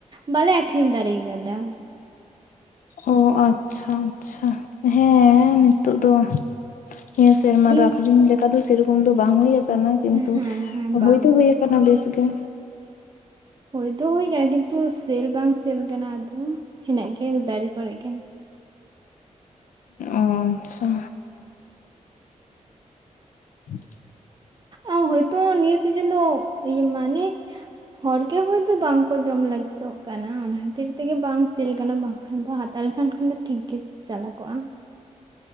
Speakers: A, on the right; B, on the left.
A: ᱵᱟᱞᱮ ᱟᱠᱷᱨᱤᱧ ᱫᱟᱲᱮ ᱠᱟᱫᱟ
B: ᱚ ᱟᱪᱪᱷᱟ ᱟᱪᱪᱷᱟ ᱦᱮᱸ ᱱᱤᱛᱳᱜ ᱫᱚ ᱱᱤᱭᱟ ᱥᱮᱨᱢᱟ
A: ᱱᱤᱭᱟᱹ
B: ᱫᱚ ᱟᱠᱷᱨᱤᱧ ᱞᱮᱠᱟ ᱫᱚ ᱥᱮᱨᱚᱠᱚᱢ ᱫᱚ ᱵᱟᱝ ᱦᱩᱭᱩᱠᱟᱱᱟ ᱠᱤᱱᱛᱩ
A: ᱦᱮᱸ ᱦᱮᱸ ᱵᱟᱝ
B: ᱦᱩᱭ ᱫᱚ ᱦᱩᱭᱟᱠ ᱠᱟᱱᱟ ᱵᱮᱥ ᱜᱮ
A: ᱦᱳᱭ ᱫᱚ ᱦᱳᱭ ᱠᱟᱱᱟ ᱠᱤᱱᱛᱩ ᱥᱮᱞ ᱵᱟᱝ ᱥᱮᱞ ᱠᱟᱱᱟ ᱟᱫᱚ ᱦᱮᱱᱟᱜ ᱜᱮᱭᱟ ᱫᱟᱨᱮ ᱠᱚᱨᱮᱜ ᱜᱮ ᱾
B: ᱚᱸ ᱟᱪᱪᱷᱟ <inaudible>
A: ᱚ ᱦᱚᱭᱛᱳ ᱱᱤᱭᱟᱹ ᱥᱤᱡᱮᱱ ᱫᱚ ᱤᱭᱟᱹ ᱢᱟᱱᱮᱜ ᱦᱚᱲ ᱜᱮ ᱦᱚᱭᱛᱳ ᱵᱟᱝᱠᱚ ᱡᱚᱢ ᱞᱟᱹᱜᱤᱛᱚᱜ ᱠᱟᱱᱟ ᱚᱱᱟ ᱠᱷᱟᱹᱛᱤᱨ ᱛᱮᱜᱮ ᱵᱟᱝ ᱥᱤᱞ ᱠᱟᱱᱟ ᱵᱟᱝᱠᱷᱟᱱ ᱫᱚ ᱦᱟᱛ ᱛᱟᱦᱚᱞᱮ ᱠᱷᱟᱱ ᱠᱷᱚᱱ ᱫᱚ ᱴᱷᱤᱠ ᱜᱮ ᱪᱟᱞᱟ ᱠᱚᱜᱼᱟ ᱾